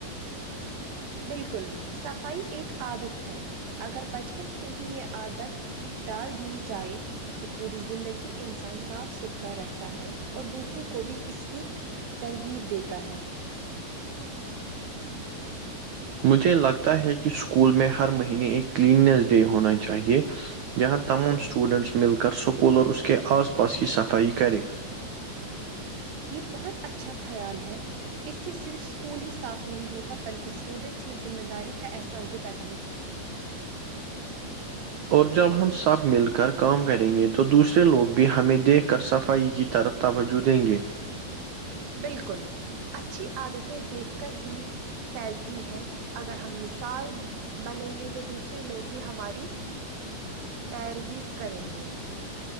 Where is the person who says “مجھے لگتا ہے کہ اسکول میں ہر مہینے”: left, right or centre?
Right